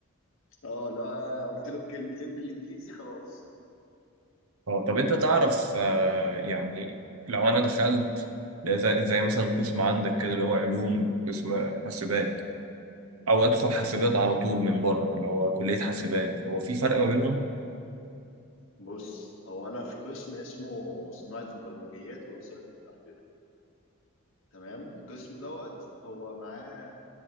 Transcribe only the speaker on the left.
اه لو انا قلت له كلمتين بالانجليزي خلاص
مم.
بص هو انا في قسم اسمه صناعة البرمجيات ووسائل المعلومات تمام القسم دوت هو معاه